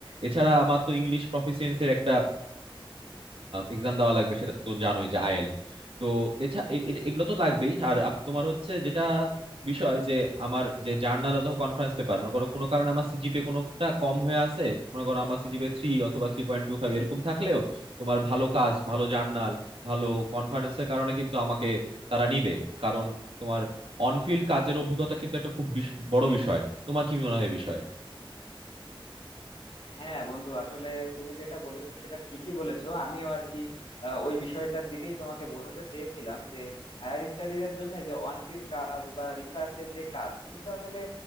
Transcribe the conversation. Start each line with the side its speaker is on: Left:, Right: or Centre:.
Right: এছাড়া আমার তো ইংলিশ প্রফিসিয়েন্সির একটা এক্সাম দেওয়া লাগবে সেটা তো জানোই যে আইএলস তো এছাড়া এগুলো তো লাগবেই আর আপ- তোমার হচ্ছে যেটা বিষয় যে আমার যে জার্নাল অথবা কনফারেন্স পেপার মনে করো কোনো কারণে আমার সিজিপিএ কোনোটা কম হয়ে আছে মনে করো আমার সিজিপিএ থ্রি অথবা থ্রি পয়েন্ট টু ফাইভ এরকম থাকলেও তোমার ভালো কাজ ভালো জার্নাল ভালো কনফারেন্সের কারণে কিন্তু আমাকে তারা নিবে কারণ তোমার অনফিল্ড কাজের অভিজ্ঞতা কিন্তু একটা খুব বিশ- বড় বিষয় তোমার কি মনে হয় এ বিষয়ে
Left: হ্যাঁ বন্ধু আসলে তুমি যেটা বলেছো সেটা ঠিকই বলেছো আমিও আর কি আহ, ওই বিষয়টার দিকেই তোমাকে বোঝাতে চেয়েছিলাম যে হায়ার স্টাডিজ এর জন্য যে অন ফিল্ড কাজ বা রিসার্চ এর যে কাজ তুমি তো আসলে